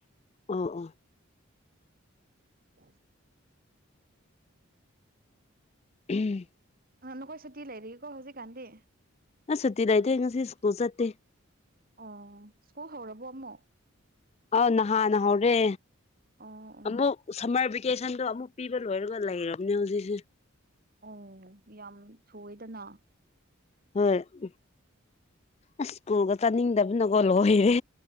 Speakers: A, on the left (about 30°); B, on the right (about 45°).
A: ꯑꯣ ꯑꯣ
B: ꯑꯣꯏ
A: ꯎꯝ
B: ꯅ ꯅꯈꯣꯏ ꯁꯨꯇꯤ ꯂꯩꯔꯤꯒꯀꯣ ꯍꯧꯖꯤꯛ ꯀꯥꯟꯗꯤ
A: ꯑ ꯁꯇꯤꯗꯥꯏ ꯍ ꯁꯤ ꯀꯣꯜꯁꯠꯇꯦ
B: ꯑꯣ ꯁ꯭ꯀꯨꯜ ꯍꯧꯔꯕꯣ ꯑꯃꯃꯛ
A: ꯑ ꯅꯍꯥꯟꯅ ꯍꯧꯔꯦ
B: ꯑꯣ ꯑꯣ
A: ꯑꯃꯨꯛ ꯁꯝꯃꯔ ꯀꯦꯁꯟꯗꯣ ꯑꯃꯨꯛ ꯄꯤꯕ ꯂꯣꯏꯔꯒ ꯂꯩꯔꯕꯅꯦ ꯍꯧꯖꯤꯛꯁꯦ
B: ꯑꯣ ꯌꯥꯝ ꯊꯑꯦꯗꯅ
A: ꯍꯣꯏ ꯎ ꯑꯁ ꯁ꯭ꯀꯨꯜꯒ ꯆꯥꯅꯤꯡꯗꯕꯅꯀꯣ ꯂꯣꯏꯔꯦ